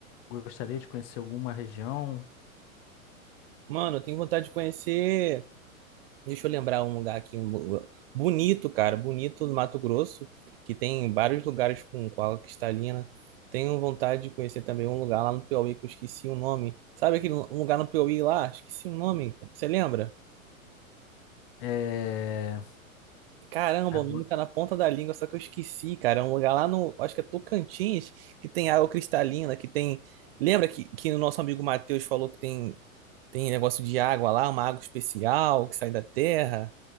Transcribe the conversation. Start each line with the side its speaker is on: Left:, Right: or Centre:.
Left: gostaria de conhecer alguma região?
Right: Mano, eu tenho vontade de conhecer. Deixa eu lembrar um lugar aqui, um, lu- bonito, cara, bonito do Mato Grosso, que tem vários lugares com com água cristalina. Tenho vontade de conhecer também um lugar lá no Piauí que eu esqueci o nome. Sabe aquele lu- um lugar no Piauí lá? Esqueci o nome. Você lembra?
Left: É...
Right: Caramba,
Left: agora-
Right: o nome tá na ponta da língua, só que eu esqueci, cara. É um lugar lá no, acho que é Tocantins, que tem água cristalina, que tem. Lembra que, que o nosso amigo Matheus falou que tem, tem negócio de água lá, uma água especial que sai da terra?